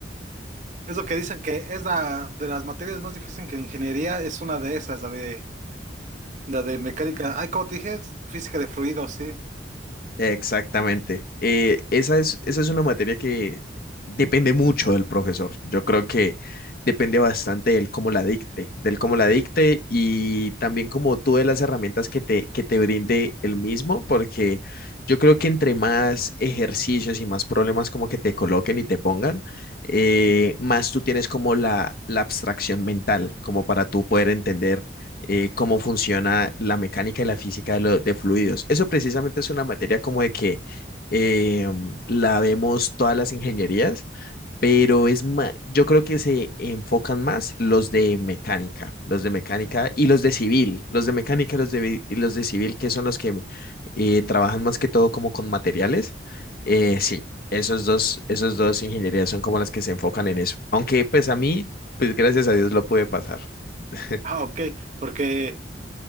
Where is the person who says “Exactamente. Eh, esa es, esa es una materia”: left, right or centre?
Left